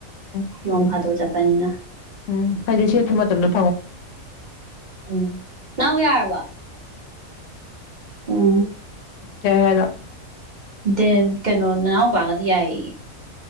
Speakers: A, on the left; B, on the right.
A: ꯎꯝ
B: ꯅꯣꯡ ꯐꯥꯗꯣꯛ ꯆꯠꯄꯅꯤꯅ
A: ꯎꯝ ꯑꯟꯁꯤꯦ ꯃ ꯃꯇꯝꯅ
B: ꯎꯝ ꯅꯎ ꯌꯥꯔꯕ ꯑꯣ
A: ꯌꯥꯦꯅ
B: ꯗ ꯀꯩꯅꯣ ꯅꯅꯥꯎ ꯄꯄꯥꯒꯗꯤ ꯌꯥꯏ